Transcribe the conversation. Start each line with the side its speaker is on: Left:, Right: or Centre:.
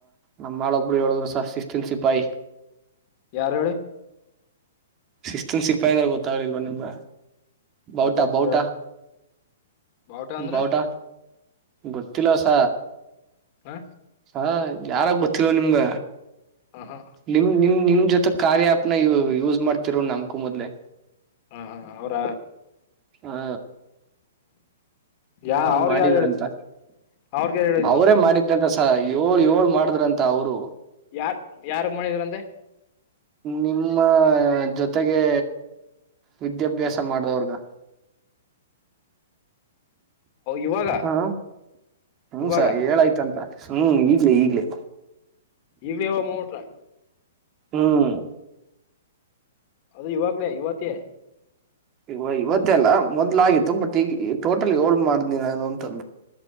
Right: ನಮ್ಮಳೊಬ್ರು ಹೇಳುದ್ರುಸ ಶಿಸ್ ತಿಲ್ಸಿಪಾಯಿ
Left: ಯಾರ ಹೇಳಿ
Right: ಶಿಸ್ತನ್ ಸಿಪ್ಪಾಯಂದ್ರ ಗೊತ್ತಾಗ್ಲಿಲ್ವ ನಿಮ್ಗ ಬವುಟ
Left: ಗೊತ್ತಾಗಿಲ್ಲ
Right: ಬಹಟ
Left: ಹೇಳಿ ಬಾವುಟ ಅಂದ್ರ
Right: ಬಹಟ ಗೊತ್ತಿಲ್ಲಸ
Left: ಹಾ
Right: ಹಾ ಯಾರಾಗ ಗೊತ್ತಿಲ್ವ ನಿಮ್ಗ
Left: ಹ ಹ
Right: ನಿಮ್ ನಿಮ್ ನಿಮ ಜೊತೆ ಕಾರ್ಯ ಆ್ಯಪ್ನ ಯೂಸ್ ಮಾಡ್ತಿರೋ ನಮಕೂ ಮೊದ್ಲೆ
Left: ಹಾ ಹಾ ಅವರ
Right: ಹಾ
Left: ಯಾ
Right: ಅವರ್
Left: ಅವ್ರಗ್
Right: ಮಾಡಿದಂತ
Left: ಯಾರು ಹೇಳಿದ್ದು ಅವ್ರಗ್ ಯಾರು ಹೇಳಿದ್ದು
Right: ಅವರೇ ಮಾಡಿದಂತ ಸ. ಏಳ್ ಏಳ್ ಮಾಡಿದ್ರಂತ ಅವರು.
Left: ಯಾರ್ ಯಾರ್ಗ್ ಮಾಡಿದ್ರಂತೆ
Right: ನಿಮ್ಮ ಜೊತೆಗೆ ವಿದ್ಯಾಭ್ಯಾಸ
Left: ಹ್ಮ
Right: ಮಾಡ್ದವ್ರಗ
Left: ಇವಾಗ
Right: ಹಾ ಹ್ಮಸ
Left: ಇವಾಗ
Right: ಹೇಳಾಯ್ತಂತ ಹ್ಮ್ ಈಗ್ಲೇ ಈಗ್ಲೇ
Left: ಈಗ್ಲೇ ಇವಾಗ ಮಾಡ್ಬಿಟ್ರ
Right: ಹ್ಮ್
Left: ಅದು ಇವಾಗ್ಲೇ ಇವತಿಯೇ
Right: ಈ ಇವತ್ತೇಲ್ಲ ಮೊದ್ಲ ಆಗತ್ತು ಬಟ್ ಈಗ ಟೋಟಲ್ ಏಳ್ ಮಾಡ್ದ ಅಂತು